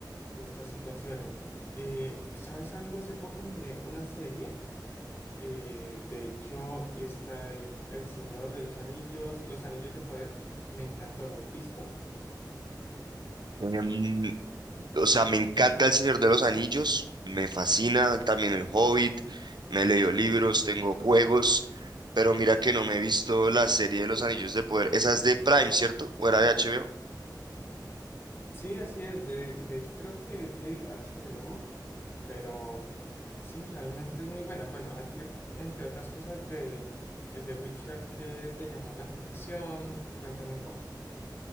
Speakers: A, on the left; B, on the right.
A: estas situaciones. Eh, ¿sabes algo? Hace poco miré una serie. eh, de hecho, está eh, El Señor de los Anillos, Los Anillos de Poder. Me encantó. ¿las has visto?
B: Em, O sea, me encanta El Señor de los Anillos, me fascina también El Hobbit, me he leído libros, tengo juegos, pero mira que no me he visto la serie de Los Anillos de Poder. Esa es de Prime, ¿cierto? ¿O era de HBO?
A: Sí, así es. De, de hecho, creo que es de HBO, pero sí, realmente es muy buena. Bueno, a ti, entre otras cosas, de eh, The Witcher, ¿qué te llamó la atención? Cuéntame un poco.